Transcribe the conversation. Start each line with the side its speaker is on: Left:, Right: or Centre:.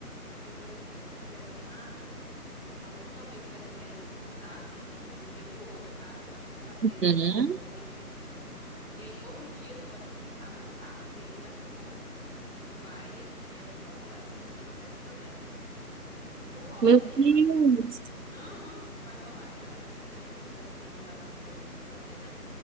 Centre: depois que tu fizer essa massa, a última vez tu vai deixar ele descansar, assim, de um dia pro outro, sabe? Então é bom fazer
Right: Uhum.
Centre: assim de noite. E aí no outro dia tu pode começar a montar. E aí como é que tu monta? Tu vai, esse aqui é muito complexo, você usa até fita métrica. Tu rola
Right: Meu
Centre: ela
Right: Deus!
Centre: Aham, vai rolar ela. Aí tem um, dependendo da quantidade que tu for fazer, né?